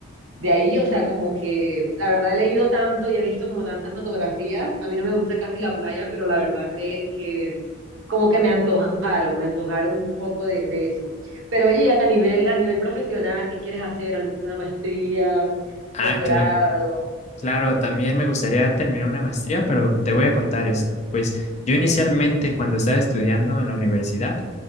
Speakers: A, on the right; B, on the left.
A: de ahí, o sea, como que la verdad he leído tanto y he visto como tantas fotografías. A mí no me gusta casi la playa, pero la verdad que, que como que me antojaron, me antojaron un poco de, de eso. Pero oye, a nivel, a nivel profesional, ¿qué quieres hacer? ¿Alguna maestría,
B: Ah,
A: doctorado?
B: cla- claro, también me gustaría terminar una maestría, pero te voy a contar esto. Pues yo inicialmente cuando estaba estudiando en la universidad